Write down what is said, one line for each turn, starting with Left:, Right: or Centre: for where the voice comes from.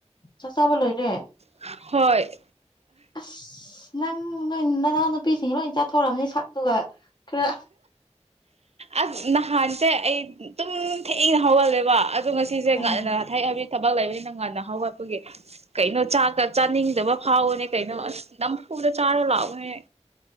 Left: ꯆꯥꯛ ꯆꯕ ꯂꯅꯦꯦ
Right: ꯍꯣꯏ
Left: ꯑꯁ ꯅꯪ ꯅꯣꯏ ꯅꯅꯥꯎ ꯅꯨꯄꯤꯁꯤꯡ ꯂꯣꯏ ꯆꯥꯊꯣꯔꯛꯑꯕꯅꯤ ꯁꯛꯇꯨꯒ ꯈꯔ
Right: ꯑ ꯅꯍꯥꯟꯇ ꯑꯩ ꯑꯗꯨꯨꯝ ꯊꯦꯡꯏꯅ ꯍꯧꯒꯜꯂꯦꯕ ꯑ ꯉꯁꯤꯁꯦ
Left: ꯑꯥ
Right: ꯉꯟꯅ ꯊꯥꯏꯑꯕꯤ ꯊꯕꯛ ꯂꯩꯕꯅꯤꯅ ꯉꯟꯅ ꯍꯧꯒꯠꯄꯒꯤ ꯀꯩꯅꯣ ꯆꯥꯛ ꯆꯥꯅꯤꯡꯗꯕ ꯐꯥꯎꯕꯅꯦ ꯀꯩꯅꯣ ꯑꯁ ꯅꯝ ꯀꯔ ꯆꯥꯔꯣ ꯂꯥꯕ ꯍꯥꯏ